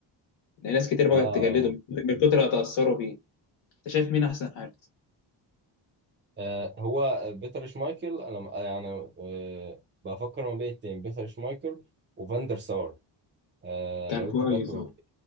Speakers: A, on the left; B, on the right.
A: لأن ناس كتير بقت
B: اه اه
A: تجلده من كتر ما تأثروا بيه أنت شايف مين أحسن حارس؟
B: آه، هو بيتر شمايكل انا يعني آه بفكر ما بين اتنين بيتر شمايكل وفاندر سار آه
A: كان
B: لو
A: كويس
B: انت فاكره
A: اه